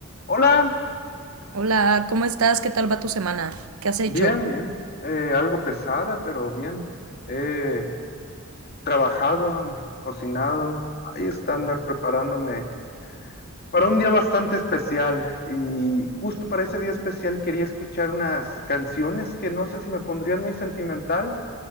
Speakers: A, on the left (about 45°); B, on the right (about 70°).
A: Hola,
B: Hola, ¿cómo estás? ¿Qué tal va tu semana? ¿Qué has hecho?
A: bien, bien. Eh, algo pesada, pero bien. He trabajado, cocinado, ahí está andar preparándome para un día bastante especial. Y justo para ese día especial quería escuchar unas canciones que no sé si me pondrían muy sentimental,